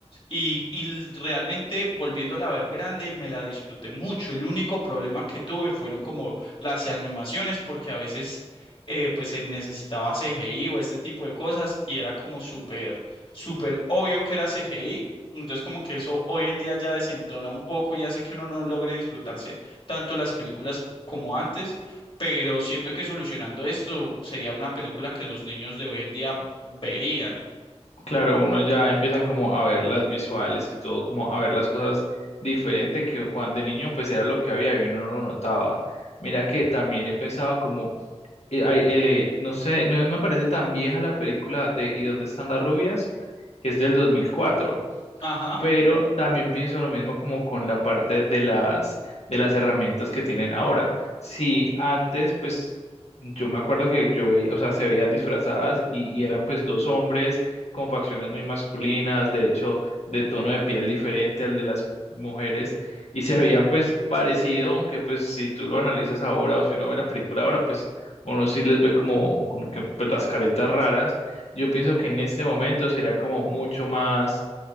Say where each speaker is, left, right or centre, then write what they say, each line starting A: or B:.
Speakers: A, on the left (about 55°); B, on the left (about 75°).
A: y, y realmente volviéndola a ver grande, me la disfruté mucho. El único problema que tuve fueron como las animaciones, porque a veces eh, pues se necesitaba CGI o este tipo de cosas y era como súper, súper obvio que era CGI. Entonces como que eso hoy en día ya desentona un poco y hace que uno no logre disfrutarse tanto las películas como antes, pero siento que solucionando esto sería una película que los niños de hoy en día verían.
B: Claro, uno ya empieza como a ver las visuales y todo, como a ver las cosas diferente que cuando de niño pues era lo que había y uno no lo notaba. Mira que también he pensado como, eh, ay, eh, no sé, no me parece tan vieja la película de ¿Y dónde están las rubias? que es del 2004
A: Ajá.
B: pero también pienso lo mismo como con la parte de las de las herramientas que tienen ahora. Si antes, pues yo me acuerdo que yo veía, o sea, se veían disfrazadas y, y eran pues dos hombres con facciones muy masculinas, de hecho, de tono de piel diferente al de las mujeres y se veían pues parecido, aunque pues si tú lo analizas ahora o si uno ve la película ahora, pues uno sí les ve como como que pues las caritas raras. Yo pienso que en este momento sería como mucho más